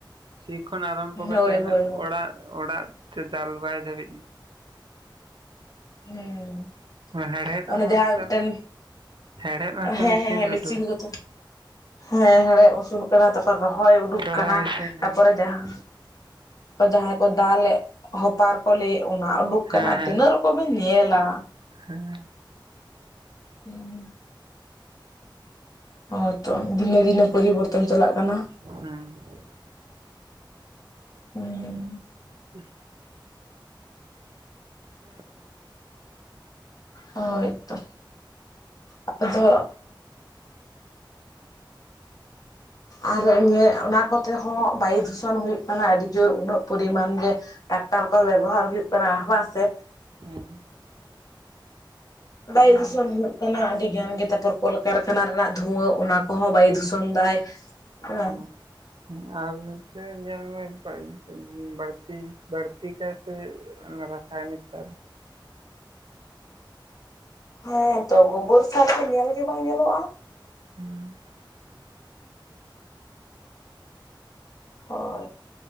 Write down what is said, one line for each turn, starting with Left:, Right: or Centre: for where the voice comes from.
Right: ᱥᱤ ᱠᱷᱚᱱ ᱟᱨᱟᱢᱵᱚ ᱠᱟᱛᱮ
Left: ᱦᱳᱭ
Right: ᱦᱟᱱᱮ
Left: ᱦᱳᱭ ᱦᱳᱭ
Right: ᱚᱲᱟᱜ ᱚᱲᱟᱜ ᱛᱮ ᱫᱟᱞ ᱵᱟᱭ ᱫᱷᱟᱹᱵᱤᱡ
Left: ᱦᱩᱸ,
Right: ᱦᱮᱲᱦᱮᱫ
Left: ᱚᱱᱮ
Right: ᱦᱚᱸ
Left: ᱡᱟᱦᱟᱸ
Right: ᱱᱮᱛᱟᱨ
Left: ᱢᱤᱫᱴᱮᱱ
Right: ᱦᱮᱲᱦᱮᱫ ᱦᱚᱸᱛᱚ
Left: ᱦᱮᱸ ᱦᱮᱸ ᱦᱮᱸ ᱢᱮᱥᱤᱱ
Right: ᱩᱰᱩᱠ
Left: ᱜᱮᱛᱚ ᱦᱮᱸ ᱦᱮᱲᱦᱮ ᱩᱥᱩᱞᱚᱜ ᱠᱟᱱᱟ ᱛᱟᱯᱚᱨ ᱨᱚᱦᱚᱭ ᱩᱰᱩᱠ
Right: ᱨᱚᱦᱚᱭ
Left: ᱠᱟᱱᱟ
Right: ᱥᱮᱱ ᱦᱮᱸ
Left: ᱛᱟᱯᱚᱨᱮ ᱡᱟᱦᱟᱸ ᱡᱟᱦᱟᱸᱭ ᱠᱚ ᱫᱟᱞᱮᱜ ᱦᱚᱯᱟᱨ ᱠᱚ ᱞᱟᱹᱭᱮᱜ ᱚᱱᱟ ᱩᱰᱩᱠ ᱠᱟᱱᱟ,
Right: ᱦᱮᱸ
Left: ᱟᱨ ᱛᱤᱱᱟᱹᱜ ᱨᱚᱠᱚᱢ ᱵᱮ ᱧᱮᱞᱼᱟ!
Right: ᱦᱮᱸ ᱾
Left: ᱦᱩᱸ ᱾ ᱦᱳᱭᱛᱚ ᱫᱤᱱᱮ ᱫᱤᱱᱮ ᱯᱚᱨᱤᱵᱚᱨᱛᱚᱱ ᱪᱟᱞᱟᱜ ᱠᱟᱱᱟ᱾
Right: ᱦᱮᱸ ᱾
Left: ᱦᱮᱸ ᱾
Right: <inaudible> <inaudible>
Left: ᱦᱳᱭ ᱛᱚ ᱟᱯᱮᱫᱚ ᱟᱨ ᱚᱱᱨ ᱚᱱᱟ ᱠᱚᱛᱮ ᱦᱚᱸ ᱵᱟᱭᱩ ᱫᱩᱥᱚᱱ ᱦᱩᱭᱩᱜ ᱠᱟᱱᱟ ᱟᱹᱰᱤ ᱡᱳᱨ ᱩᱱᱟᱹᱜ ᱯᱚᱨᱤᱢᱟᱱ ᱜᱮ ᱴᱨᱟᱠᱴᱟᱨ ᱠᱚ ᱵᱮᱵᱚᱦᱟᱨ ᱦᱩᱭᱩᱜ ᱠᱟᱱᱟ ᱵᱟᱝᱥᱮ?
Right: ᱦᱩᱸ
Left: ᱵᱟᱭᱩ
Right: ᱦᱩᱸ
Left: ᱫᱩᱥᱚᱱ ᱦᱩᱭᱩᱜ ᱠᱟᱱᱟ ᱟᱹᱰᱤ ᱜᱟᱱ ᱜᱮ᱾ ᱛᱟᱯᱚᱨ ᱠᱚᱞᱠᱟᱨᱠᱷᱟᱱᱟ ᱨᱮᱱᱟᱜ ᱫᱷᱩᱣᱟᱹ ᱚᱱᱟ ᱠᱚᱦᱚᱸ ᱵᱟᱭ ᱫᱩᱥᱚᱱ ᱫᱟᱭ ᱥᱮᱵᱟ?
Right: ᱦᱩᱸ ᱟᱨ ᱨᱮᱫᱮ ᱧᱮᱞᱢᱮ <unintelligible> ᱵᱟᱲᱛᱤ ᱵᱟᱲᱛᱤ ᱠᱟᱭᱛᱮ ᱚᱱᱟ ᱨᱟᱥ ᱥᱟᱭᱱᱤᱠ <unintelligible>
Left: ᱦᱮᱸ ᱛᱚ ᱜᱳᱵᱚᱨ ᱥᱟᱨ ᱫᱚ ᱧᱮᱞ ᱜᱮ ᱵᱟᱝ ᱧᱮᱞᱚᱜ-ᱟ᱾
Right: <unintelligible>
Left: ᱦᱳᱭ